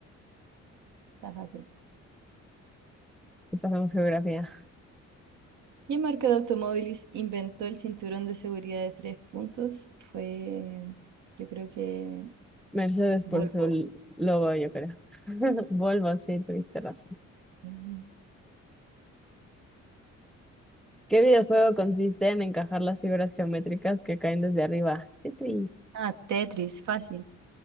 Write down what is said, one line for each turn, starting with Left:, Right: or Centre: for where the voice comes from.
Right: está fácil.
Centre: Y pasamos geografía.
Right: ¿Qué marca de automóviles inventó el cinturón de seguridad de tres puntos? Fue, yo creo que
Centre: Mercedes por
Right: Volvo.
Centre: su l- logo, yo creo. <laughs> Volvo, sí, tuviste razón.
Right: Ujú.
Centre: ¿Qué videojuego consiste en encajar las figuras geométricas que caen desde arriba? Tetris.
Right: Ah, Tetris, fácil.